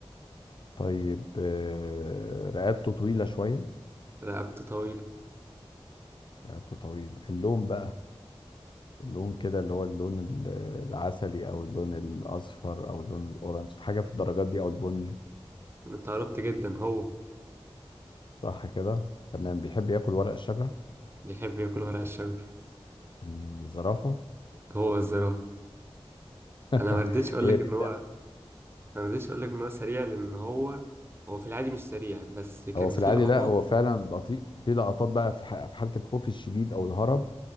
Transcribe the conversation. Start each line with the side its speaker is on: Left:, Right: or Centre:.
Left: طيب آه رقبته طويلة شوية
Right: رقبته طويلة
Left: رقبته طويلة اللون بقى اللون كده اللي هو اللون ال- العسلي او اللون الاصفر او اللون الاورنج حاجة في الدرجات دي او البني
Right: انت قربت جدا هو
Left: صح كده تمام بيحب ياكل ورق الشجر
Right: بيحب ياكل ورق الشجر
Left: مم، الزرافة
Right: هو الزرافة
Left: <laughs>
Right: انا ما رضيتش اقول
Left: هي
Right: لك
Left: دي
Right: ان هو انا ما رضيتش اقول لك ان هو سريع لان هو هو في العادي مش سريع بس كان
Left: هو في
Right: في
Left: العادي
Right: لقطات
Left: لا هو فعلا بطيء في لقطات بقى في ح- في حالة الخوف الشديد او الهرب